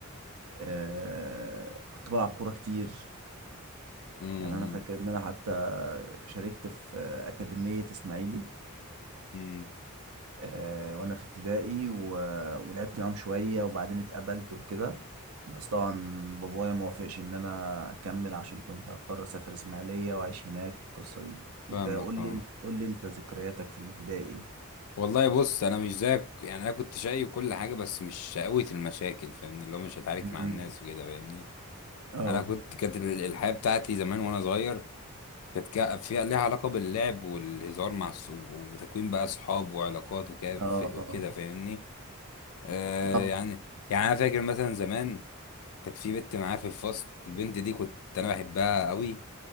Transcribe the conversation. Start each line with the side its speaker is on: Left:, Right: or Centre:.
Right: آه، كنت بلعب كوره كتير
Left: امم
Right: يعني انا فاكر ان انا حتى شاركت في اكاديميه اسماعيلي
Left: أمم.
Right: آه، وانا في ابتدائي و... ولعبت معاهم شويه وبعدين اتقبلت وكده بس طبعا بابايا ما وافقش ان انا اكمل عشان كنت هضطر اسافر اسماعيليه واعيش هناك والقصه دي
Left: فاهمك
Right: انت قول لي
Left: اه
Right: انت قول لي انت ذكرياتك في الابتدائي ايه
Left: والله بص انا مش زيك يعني انا كنت شقي وكل حاجه بس مش شقاوة المشاكل فاهمني اللي هو مش هتعارك
Right: امم
Left: مع الناس وكده فاهمني
Right: اه
Left: انا كنت كانت ال- الحياه بتاعتي زمان وانا صغير كانت كا- فيها ليها علاقه باللعب والهزار مع الص- وتكوين بقى اصحاب وعلاقات وكا-
Right: اه
Left: ف- وكده
Right: اه
Left: فاهمني آه
Right: اه
Left: يعني يعني انا فاكر مثلا زمان كانت في بنت معايا في الفصل البنت دي كنت انا بحبها قوي